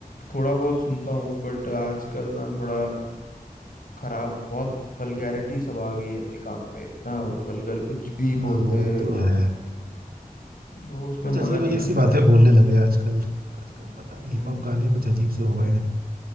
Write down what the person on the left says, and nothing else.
थोड़ा बहुत सुनता हूँ बट आजकल ना थोड़ा खराब बहुत वल्गैरिटी सब आ गई है भाई गानों में इतना वल्गर कुछ भी
बोलते
हैं
लोग
वो उसमें
मजा नहीं
आता
है
हम्म